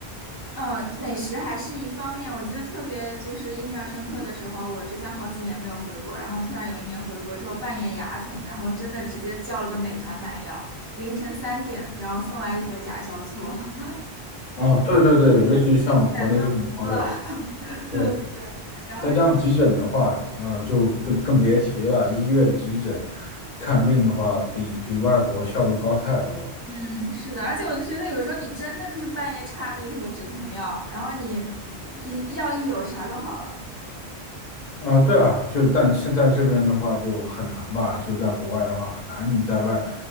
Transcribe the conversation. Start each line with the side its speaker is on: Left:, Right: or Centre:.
Right: 嗯，呃美食还是一方面。我记得特别就是印象深刻的时候，我之前好几年没有回国，然后突然有一年回国之后，半夜牙疼，然后真的直接叫了个美团买药，凌晨三点，然后送来一盒甲硝唑，<laughs>
Left: 哦，对对对，尤其像国内这种跑腿，
Right: 感动哭了。<laughs>
Left: 对，
Right: 对对对，然后
Left: 再加上急诊的话，那就更更别提了。医院急诊看病的话，比比外国效率高太多了。
Right: 嗯，是的，而且我就觉得有时候你真的就是半夜差那一盒止疼药，然后你一药一有啥都好了，
Left: 啊、对啊，就但现在这边的话就很难吧，就在国外的话很难，你在外